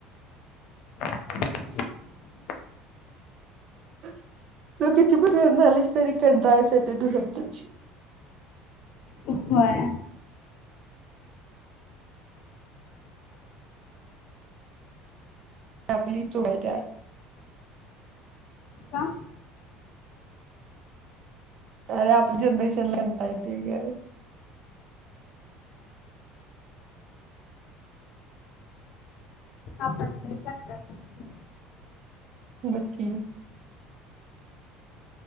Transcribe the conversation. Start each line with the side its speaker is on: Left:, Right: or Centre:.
Left: <inaudible>
Right: तू किती पण फिरून आलीस तरी कंटाळाच येतो दुसऱ्या दिवशी.
Left: होय.
Right: आपलीच वय त्यात.
Left: का
Right: अरे आपल्या जनरेशनला म्हणता ते ग.
Left: आपण लय कंटाळवाणी.
Right: बघ की.